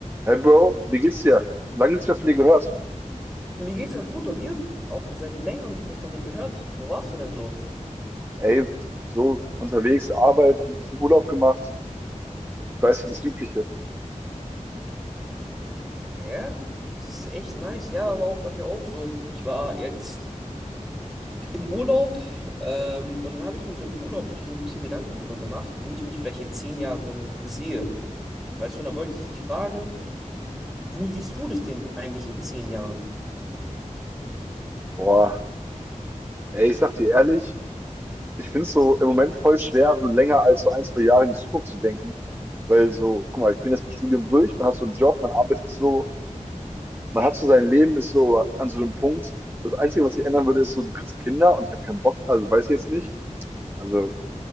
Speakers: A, on the right; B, in the centre.
A: Hey Bro, wie geht's dir? Lange nichts mehr von dir gehört.
B: Mir geht's ganz gut und dir? Auch seit längerem nicht mehr von dir gehört. Wo warst du denn so?
A: Ey, so unterwegs, Arbeit, ein bisschen Urlaub gemacht, weißt du, das Übliche.
B: Ja, das ist echt nice. Ja, war aber auch bei mir auch so. Ich war jetzt im Urlaub ähm, und dann habe ich mir so im Urlaub so ein bisschen Gedanken darüber gemacht, wo ich mich vielleicht in zehn Jahren sehe. Weißt du, und da wollte ich dich fragen, wo siehst du dich denn eigentlich in zehn Jahren?
A: Boah, ey, ich sag dir ehrlich, ich find's so im Moment voll schwer, so länger als so ein, zwei Jahre in die Zukunft zu denken. Weil so, guck mal, ich bin jetzt mit dem Studium durch, man hat so einen Job, man arbeitet so, man hat so sein Leben, ist so an so einem Punkt. Das Einzige, was sich ändern würde, ist so, du kriegst Kinder und ich habe keinen Bock, also weiß ich jetzt nicht. Also,